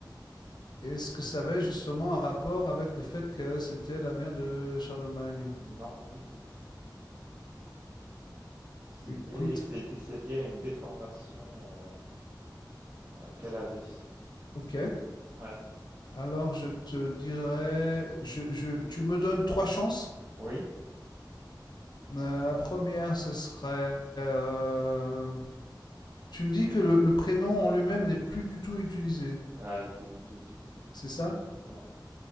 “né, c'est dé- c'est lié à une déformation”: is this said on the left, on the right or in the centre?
Right